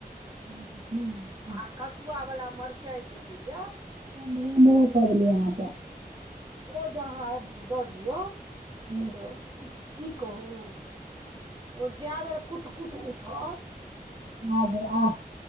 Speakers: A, on the right (about 50°); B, on the right (about 30°).
A: ह <unintelligible>
B: आ कसुआवला मरचाइ जे होइए
A: महो-महो कऽ देलियै अहाॅं तॅं
B: ओ जे अहाँ दऽ दियौ
A: अहाँ
B: तऽ की कहू ओ जाए बेर कुट-कुट उठत
A: आ बौआ आ